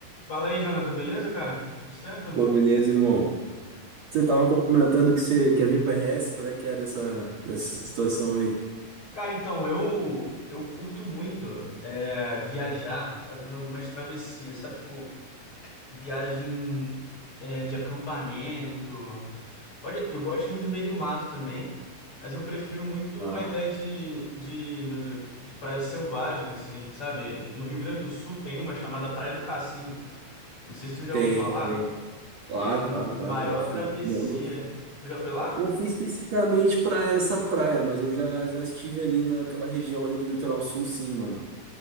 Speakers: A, on the left (about 35°); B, on the right (about 55°).
A: Fala aí, Jonathan, beleza, cara? Tudo certo?
B: Pô, beleza, irmão. Você tava comentando que você quer vir pro RS, qual é que é dessa, dessa situação aí?
A: Cara, então, eu eu curto muito é, viajar fazendo algumas travessias, sabe? Tipo, viagem é, de acampamento. Pode, eu gosto muito de meio do mato também, mas eu prefiro muito
B: Ah,
A: uma ideia de, de, meu Deus, de praia selvagem, assim, sabe? No Rio Grande do Sul tem uma chamada Praia do Cassino. Não sei se tu já
B: tem,
A: ouviu falar,
B: tem. Claro,
A: e é a maior
B: claro, claro, já fui.
A: travessia.
B: Não, não,
A: Tu já foi lá?
B: eu não fui especificamente pra essa praia, mas eu já, já estive ali naquela região ali do litoral sul, sim, mano.